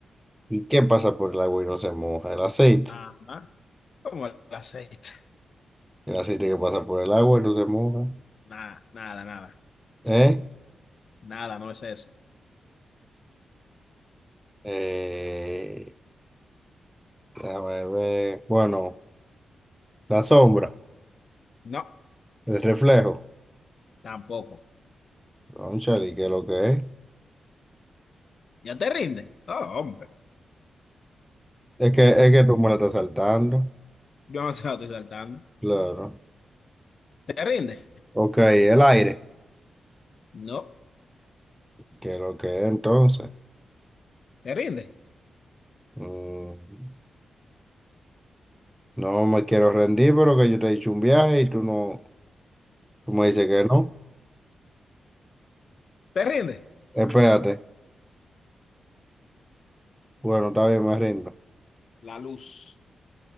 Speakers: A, in the centre; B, on the left.
A: ¿Y qué pasa por el agua y no se moja? El aceite.
B: Ajá, como el aceite.
A: El aceite que pasa por el agua y no se moja.
B: <laughs> Nada, nada, nada.
A: ¿Eh?
B: Nada, no es eso.
A: Eh, déjame ver. Bueno, la sombra,
B: No,
A: el reflejo.
B: tampoco.
A: Cónchale, ¿qué es lo que es?
B: ¿Ya te rindes? Oh, hombre,
A: Es que, es que tú me la estás saltando.
B: yo no te la estoy saltando.
A: Claro.
B: ¿Te rindes?
A: Ok, el aire.
B: No,
A: ¿Qué es lo que es entonces?
B: ¿te rindes?
A: Mm. No me quiero rendir, pero que yo te he dicho un viaje y tú no, tú me dices que no.
B: ¿Te rindes?
A: Espérate. Bueno, está bien, me rindo.
B: La luz.